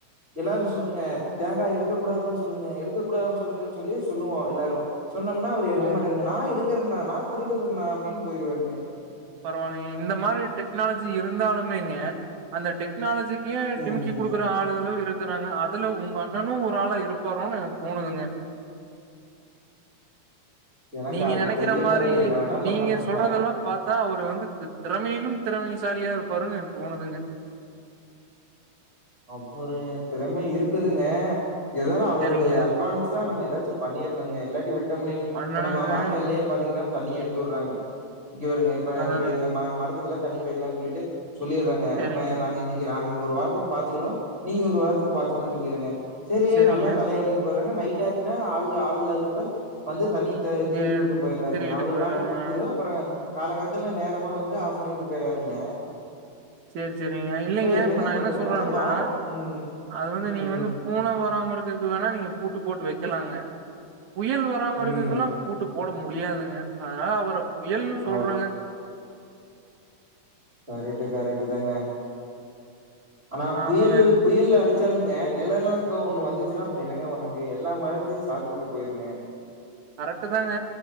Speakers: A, on the right; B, on the right.
A: எல்லாருகும் சொல்லுங்க தேங்காய் எடுக்க கூடாதுன்னு சொல்லுங்க எடுக்க கூடாதுன்னு சொல்லுங்கு சொல்லி சொல்லுவோம் எல்லாரும் சொன்னமுனா அவரு எடுக்க
B: ஓ
A: மாட்டாருங்க நான் எடு திருனா நா திருடுறனா அப்பிடின்னு போயிருவாருங்க
B: பரவாயில்லங்க இந்த மாரி டெக்னாலஜி இருந்தாலுமேங்க அந்த டெக்னாலஜிக் கே
A: ம்
B: டிமிக்கி குடுக்குற ஆளுகளும் இருக்கிறாங்க அ அதுல உங்க அண்ணனும் ஒரு ஆளா இருப்பாரோனு எனக்கு தோணுதுங்க
A: எனக்கா
B: நீங்க
A: அது
B: நெனைக்கிற
A: தெரிலிங்க
B: மாரி
A: அவுரு என்ன வேணா
B: நீங்க
A: பண்ணலாங்க
B: சொல்றதெல்லா
A: ஹ
B: பாத்தா அவுரு வந்து திறமையிலும் திறமைசாலியா இருப்பாருனு எனக்கு தோனுதுங்க
A: அவ்வுரு திறமை இருக்குதுங்க எதானு அவுருக்கு
B: செரிங்க
A: அட்வான்ஸா நம்ம ஏதாச்சு பண்ணிருணுங்க இல்லாட்டி விட்டோமுனு வையுங்க
B: பண்ணனுங்க
A: இப்ப நம்ம வாய்க்காலயே
B: இது
A: பாத்தீங்கின்னா தண்ணிய எடுத்து வுடுறாங்க இங்க வருங்க இப்ப
B: அதா
A: எங்க மரத் இருக்கலாம் தண்ணிபோயிக்கலாம்னு சொல்லிட்டு சொல்லிறாங்க
B: செரிங்க
A: இப்ப நாங்க இன்னிக்கி நாங்க ஒரு வாரத்துக்கு பாச்சுக்கிறோம் நீங்க ஒரு வாரத்துக்கு பாச்சுக்குறோம்னு சொல்லிறுங்க சேரி
B: செரிங்க
A: நல்லா தலையாடிட்டு போய்டுறாங்க நைட் டிச்சாச்சுனா ஆள் ஆள் இல்லாதப்ப வந்து தண்ணிய திருகி
B: எடுத்து
A: விட்டு போயிடுறாருங்க
B: திருகிட்டு
A: அவுரு
B: போயிறாருங்க
A: காட்டுக்கு பாஞ்சிடும் அப்புறம் காலங்காத்தல்ல நேரமா வந்து ஆப் பன்னிவிட்டு போயிறாருங்க
B: சேரி சேரிங்க இல்லிங்க
A: என்னங்க
B: இப்ப நா
A: பண்றது
B: என்ன <unintelligible>
A: அதான் வாரம் ம்
B: அது வந்து நீங்க
A: ம்
B: வந்து <unintelligible> போராம இருக்கக்கு வேணா நீங்க பூட்டு போட்டு வைக்கலாங்க புயல் வராம
A: ம்
B: இருக்கக்கெல்லா பூட்டு போட முடியு முடியாதுங்க அதனால அவர புயலுனு சொல்றோங்க
A: அ கரட்டு கரட்டு தாங்க ஆனா புயலு
B: ஆமாங்க
A: புயல் அடி சொல்லுங்க நிலநடுக்கம் ஒண்ணு வந்துச்சுன்னா அப்பற என்னங்க பண்ண முடியு எல்லா மழல்த்தையும் சாச்சிவுட்டு போய்டுங்க
B: கரெக்ட் தாங்க